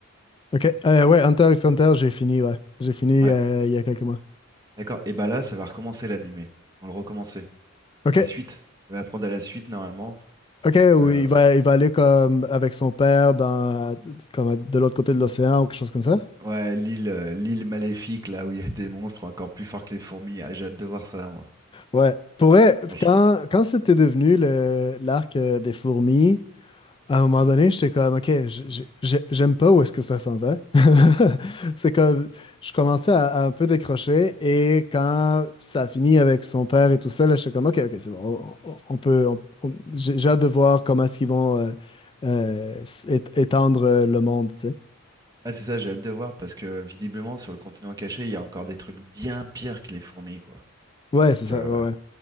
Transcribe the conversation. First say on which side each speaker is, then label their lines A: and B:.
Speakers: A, on the left; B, on the right.
A: Ok. Euh, ouais, Hunter x Hunter, j'ai fini, ouais. J'ai fini
B: Ouais,
A: euh, il y a quelques mois.
B: d'accord. Et bah là, ça va recommencer l'animé. Ils vont le recommencer.
A: Ok.
B: La suite. Ça va prendre à la suite, normalement.
A: Ok,
B: Donc,
A: où
B: euh,
A: il va, il va aller comme avec son père dans, comme de l'autre côté de l'océan ou quelque chose comme ça.
B: Ouais, l'île, euh, l'île maléfique, là où il y a des monstres encore plus forts que les fourmis. Ah, j'ai hâte de voir ça, moi.
A: Ouais. Pour vrai,
B: Franchement.
A: quand, quand c'était devenu le, l'arc euh, des fourmis, à un moment donné, j'étais comme, OK, j- j'ai- j'aime pas où est-ce que ça s'en va. <laughs> C'est comme, je commençais à, à un peu décrocher et quand ça a fini avec son père et tout ça, là, j'étais comme, OK, OK, c'est bon, on, on- on peut, on- on- j'ai j'ai hâte de voir comment est-ce qu'ils vont euh, euh, s- é- étendre euh, le monde, tu sais.
B: Ah, c'est ça, j'ai hâte de voir parce que visiblement, sur le continent caché, il y a encore des trucs bien pires que les fourmis, quoi.
A: Ouais, c'est
B: Tu
A: ça,
B: vois,
A: ouais, ouais.